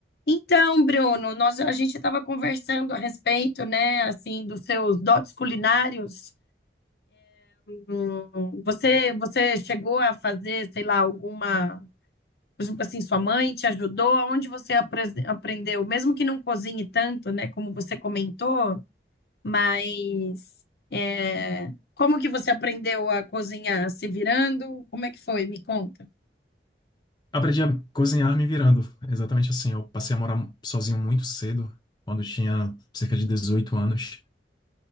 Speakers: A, on the left (about 60°); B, on the left (about 25°).
A: Então, Bruno, nós, a gente estava conversando a respeito, né, assim, dos seus dotes culinários. Hum, Você, você chegou a fazer, sei lá, alguma, por exemplo, assim, sua mãe te ajudou? Aonde você apres- aprendeu? Mesmo que não cozinhe tanto, né, como você comentou, mas é, como que você aprendeu a cozinhar? Se virando? Como é que foi? Me conta.
B: Aprendi a cozinhar me virando. É Exatamente assim. Eu passei a morar sozinho muito cedo, quando eu tinha cerca de 18 anos.